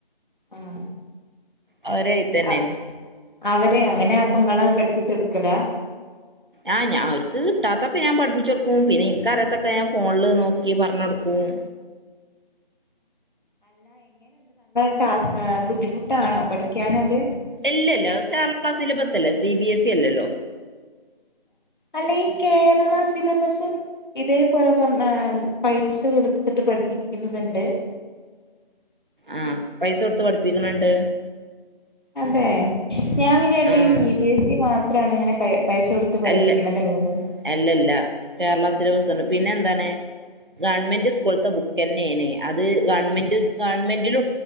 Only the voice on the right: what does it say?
അവരെ എഴുത്തന്നെയാണ്
ആഹ ഞാ ഞാൻ അവര്ക്ക് കിട്ടാത്തപ്പൊ ഞാൻ പഠിപ്പിച്ചൊടുക്കും പിന്നെ ഇനിക്ക് അറിയാത്തൊക്കെ ഞാൻ ഫോണിൽ നോക്കി പറഞൊടുക്കും. ഉം.
ഇല്ലല്ല അത് കേരള സിലബസ് അല്ലേ സി ബി എസ് ഇ അല്ലലോ.
ആഹ പൈസ കൊടുത്ത് പഠിപ്പിക്കണണ്ട്.
ആഹ്
അല്ല അല്ലല്ല കേരളാ സില്ലബസാണ് പിന്നെ എന്താണ്. ഗവൺമെന്റ് ഉസ്ക്കൂളത്തെ ബുക്ക് ന്നെയാന് അത് ഗവൺമെന്റ് ഗവൺമെന്റ്.